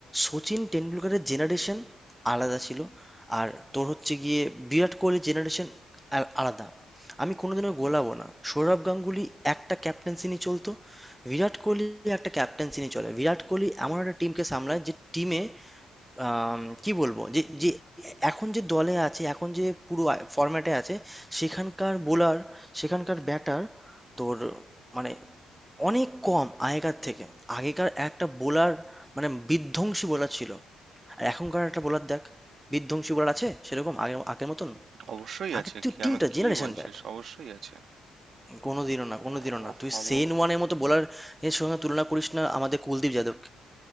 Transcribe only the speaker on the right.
অবশ্যই
আছে
কেন
কি
বলছিস
অবশ্যই আছে
অ-
অব-